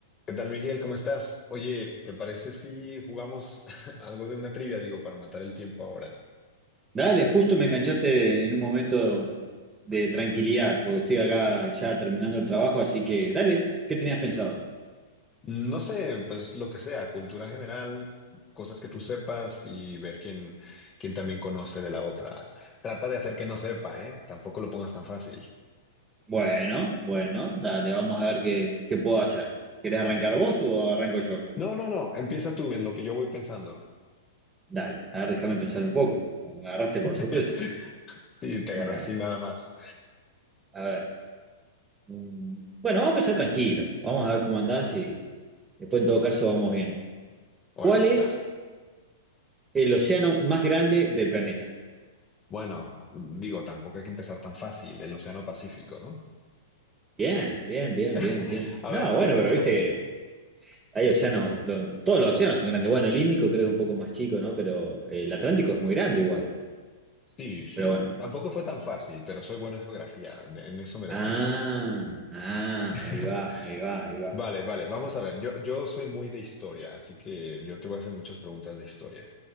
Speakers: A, on the left (about 25°); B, on the right (about 20°).
A: ¿Qué tal, Miguel? ¿Cómo estás? Oye, ¿te parece si jugamos <laughs> algo de una trivia, digo, para matar el tiempo ahora?
B: Dale, justo me enganchaste en un momento de tranquilidad, porque estoy acá ya terminando el trabajo, así que dale, ¿qué tenías pensado?
A: No sé, pues lo que sea, cultura general, cosas que tú sepas y ver quién, quién también conoce de la otra. Trata de hacer que no sepa, ¿eh? Tampoco lo pongas tan fácil.
B: Bueno, bueno, dale, vamos a ver qué, qué puedo hacer. ¿Querés arrancar vos o arranco yo?
A: No, no, no, empieza tú en lo que yo voy pensando.
B: Dale, a ver, déjame pensar un poco, me agarraste por
A: <laughs>
B: sorpresa.
A: Sí, te
B: Eh,
A: agarré así nada más.
B: a ver, mm, bueno, vamos a empezar tranquilo, vamos a ver cómo andás y después en todo caso vamos viendo.
A: Órale,
B: ¿Cuál es
A: da.
B: el océano más grande del planeta?
A: Bueno, digo, tampoco hay que empezar tan fácil, el Océano Pacífico, ¿no?
B: Bien, bien, bien,
A: <laughs>
B: bien, bien.
A: A
B: No,
A: ver, a
B: bueno,
A: mí me gusta
B: pero viste...
A: mucho.
B: Hay océanos, lo- todos los océanos son grandes. Bueno, el Índico creo que es un poco más chico, ¿no? Pero eh, el Atlántico es muy grande igual.
A: Sí, sí.
B: Pero bueno.
A: Tampoco fue tan fácil, pero soy bueno en geografía, en eso me defiendo.
B: Ah, ah,
A: <laughs>
B: ahí va, ahí va, ahí va.
A: Vale, vale, vamos a ver. Yo, yo soy muy de historia, así que yo te voy a hacer muchas preguntas de historia.